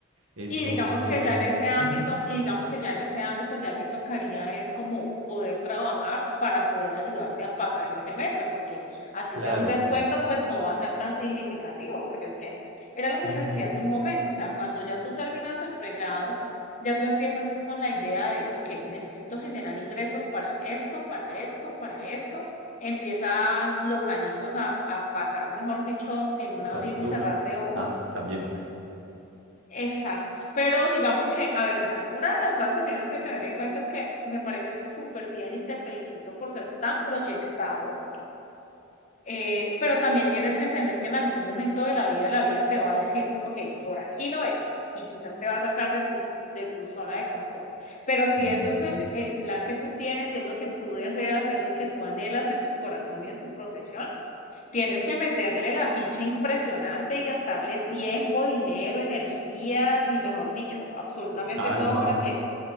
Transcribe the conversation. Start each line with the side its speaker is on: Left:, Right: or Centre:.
Right: Entonces,
Left: Y digamos que ya en ese ámbito,
Right: ujú,
Left: y digamos que ya en ese ámbito ya te tocaría es como poder trabajar para poder ayudarte a pagar el semestre, porque así
Right: claro,
Left: sea un descuento, pues no va a ser tan significativo, porque es que era lo que
Right: ujú,
Left: te decía hace un momento, o sea, cuando ya tú terminas el pregrado, ya tú empiezas es con la idea de, ok, necesito generar ingresos para esto, para esto, para esto. Empiezan los añitos a, a pasar, mejor dicho, en un abrir
Right: factura,
Left: y cerrar de ojos.
Right: ah, también,
Left: Exacto, pero digamos que, a ver, mira, una de las cosas que tienes que tener en cuenta es que me parece súper bien y te felicito por ser tan proyectado, eh, pero también tienes que entender que en algún momento de la vida la vida te va a decir, ok, por aquí no es, y quizás te va a sacar de tu, de tu zona de confort. Pero si
Right: ujú,
Left: eso es el, el plan que tú tienes, si es lo que tú deseas, si es lo que tú anhelas en tu corazón y en tu profesión, Tienes que meterle la ficha impresionante y gastarle tiempo, dinero, energías y, mejor dicho, absolutamente
Right: alma,
Left: todo para que,